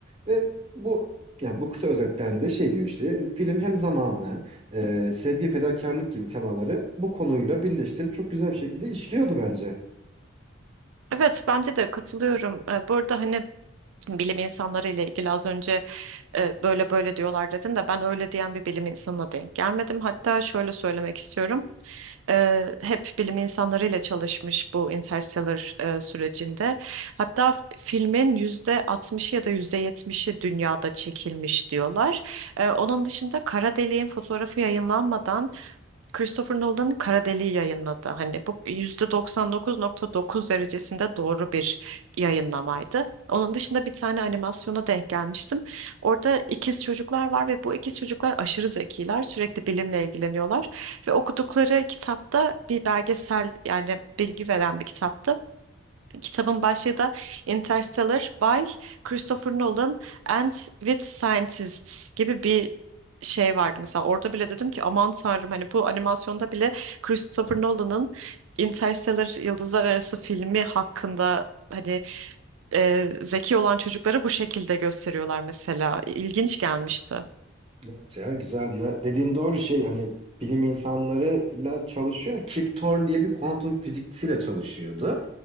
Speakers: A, on the right (about 30°); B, on the right (about 85°).
A: Ve bu ya bu kısa özetten de şey diyor işte film hem zamanı, e, sevgi, fedakarlık gibi temaları bu konuyla birleştirip çok güzel bir şekilde işliyordu bence.
B: Evet bence de katılıyorum. Ee, bu arada hani bilim insanları ile ilgili az önce e, böyle böyle diyorlar dedin de ben öyle diyen bir bilim insanına denk gelmedim. Hatta şöyle söylemek istiyorum. Ee, hep bilim insanlarıyla çalışmış bu Interstellar e, sürecinde. Hatta f- filmin yüzde 60'ı ya da yüzde 70'i dünyada çekilmiş diyorlar. Ee, onun dışında kara deliğin fotoğrafı yayınlanmadan Christopher Nolan'ın Kara Deliği yayınladı. Hani bu %99.9 derecesinde doğru bir yayınlamaydı. Onun dışında bir tane animasyona denk gelmiştim. Orada ikiz çocuklar var ve bu ikiz çocuklar aşırı zekiler. Sürekli bilimle ilgileniyorlar. Ve okudukları kitapta bir belgesel yani bilgi veren bir kitaptı. Kitabın başlığı da Interstellar by Christopher Nolan and with Scientists gibi bir şey vardı. Mesela orada bile dedim ki aman tanrım hani bu animasyonda bile Christopher Nolan'ın Interstellar Yıldızlar Arası filmi hakkında hani e, zeki olan çocukları bu şekilde gösteriyorlar mesela. İlginç gelmişti.
A: Evet ya güzel. Ya dediğin doğru şey hani bilim insanları illa çalışıyor. Kip Thorne diye bir kuantum fizikçisiyle çalışıyordu.